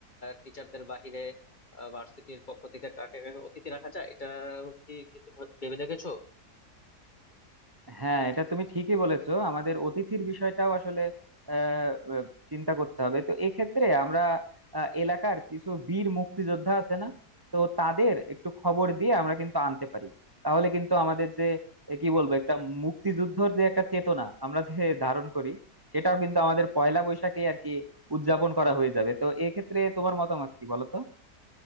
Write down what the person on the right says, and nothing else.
হ্যাঁ এটা তুমি ঠিকই বলেছো আমাদের অতিথির বিষয়টাও আসলে আহ, আহ, চিন্তা করতে হবে তো এক্ষেত্রে আমরা আহ, এলাকার কিছু বীর মুক্তিযোদ্ধা আছে না তো তাদের একটু খবর দিয়ে আমরা কিন্তু আনতে পারি তাহলে কিন্তু আমাদের যে এ, কি বলবো একটা মুক্তিযুদ্ধর যে একটা চেতনা আমরা যে ধারণ করি সেটাও কিন্তু আমাদের পয়লা বৈশাখে আর কি উদযাপন করা হয়ে যাবে তো এক্ষেত্রে তোমার মতামত কি বলো তো